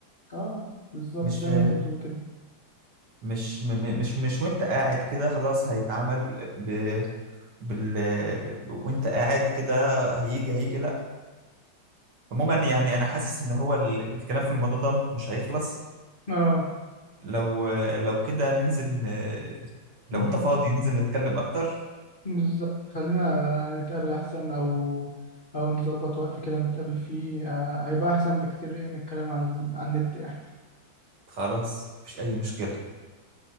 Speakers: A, on the left; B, on the right.
A: اه بالظبط
B: مش
A: زي ما انت بتقول كده
B: مش م- م- مش مش وانت قاعد كده خلاص هيتعمل ب بال وانت قاعد كده هيجي هيجي لا عموما يعني انا حاسس ان هو ال- الكلام في الموضوع ده مش هيخلص
A: اه
B: لو لو كده ننزل آه، لو
A: امم
B: انت فاضي ننزل نتكلم اكتر
A: بالظبط خلينا نتقابل احسن او او نظبط وقت كده نتقابل فيه آه هيبقى احسن بكتير ايه من الكلام على ال... على النت يعني
B: خلاص مفيش اي مشكلة